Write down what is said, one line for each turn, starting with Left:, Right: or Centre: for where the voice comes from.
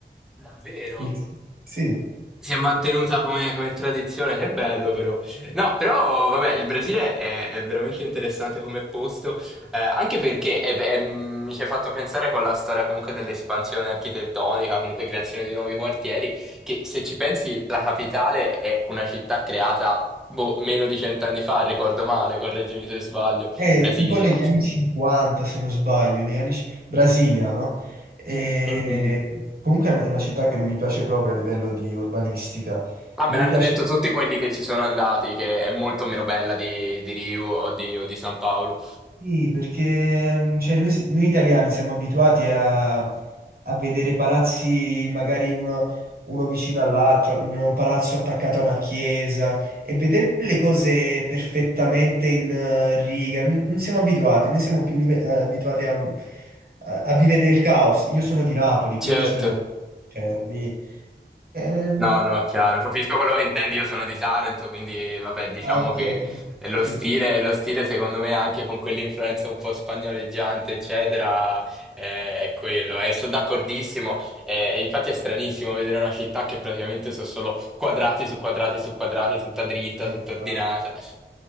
Centre: Davvero?
Right: Il- Sì,
Centre: Si è mantenuta come, come tradizione, che bello però. No, però, vabbè, il Brasile è, è veramente interessante come posto, eh, anche perché eh, beh, mm, mi ci hai fatto pensare con la storia comunque dell'espansione architettonica, comunque creazione di nuovi quartieri, che se ci pensi la capitale è una città creata, boh, meno di cent'anni fa, ricordo male, correggimi se sbaglio,
Right: Eh,
Centre: Brasilia.
Right: tipo negli anni 50, se non sbaglio, negli anni... c- Brasilia, no? E...
Centre: Mm,
Right: Comunque è una città che non mi piace proprio a livello di urbanistica.
Centre: Ah,
Right: Non
Centre: me l'hanno
Right: mi Mm. piace
Centre: detto tutti quelli che ci sono andati, che è molto meno bella di, di Rio o di, o di San Paolo.
Right: Sì, perché mm, cioè, noi, si- noi italiani siamo abituati a, a vedere palazzi magari uno, uno vicino all'altro, un, un palazzo attaccato a una chiesa e vedere le cose perfettamente in eh, riga. Non, non siamo abituati, noi siamo più live- eh, abituati a, un- a- a vivere nel caos. Io sono di Napoli, quindi
Centre: Certo.
Right: se, cioè, lì... ehm,
Centre: No, no, chiaro, capisco quello che intendi, io sono di Taranto, quindi vabbè, diciamo
Right: ah, ok,
Centre: che
Right: ok.
Centre: lo
Right: Sì.
Centre: stile, lo stile secondo me anche con quell'influenza un po' spagnoleggiante, eccetera, è, è quello. E sono d'accordissimo, e, e infatti è stranissimo vedere una città che praticamente sono solo quadrati su quadrati su quadrati, tutta dritta,
Right: Eh,
Centre: tutta
Right: no.
Centre: ordinata.